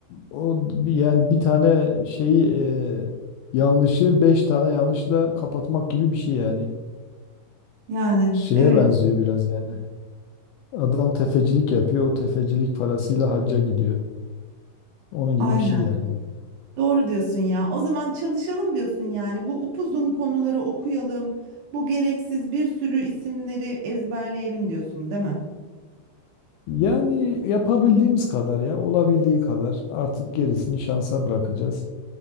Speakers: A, on the left; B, on the right.
A: o bir- yani bir tane şeyi e, yanlışı beş tane yanlışla kapatmak gibi bir şey yani.
B: Yani
A: Şeye
B: evet,
A: benziyor biraz yani. Adam tefecilik yapıyor. O tefecilik parasıyla hacca gidiyor. Onun gibi
B: aynen.
A: bir şey yani.
B: Doğru diyorsun ya. O zaman çalışalım diyorsun yani. Bu upuzun konuları okuyalım. Bu gereksiz bir sürü isimleri ezberleyelim diyorsun, değil mi?
A: Yani yapabildiğimiz kadar ya olabildiği kadar artık gerisini şansa bırakacağız.